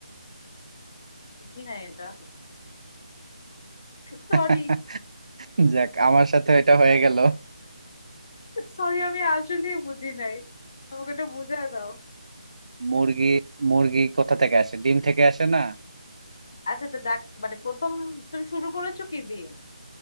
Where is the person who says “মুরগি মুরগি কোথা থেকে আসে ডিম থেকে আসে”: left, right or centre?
Right